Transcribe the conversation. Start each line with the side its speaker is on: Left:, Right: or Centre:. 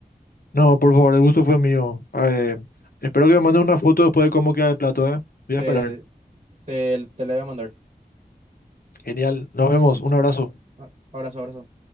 Left: no, por favor, el gusto fue mío. Eh, espero que me mandes una foto después de cómo queda el plato, ¿eh? Voy
Right: Te,
Left: a esperar.
Right: te, te la voy a mandar.
Left: Genial, nos vemos, un abrazo.
Right: Ah, Abrazo, abrazo.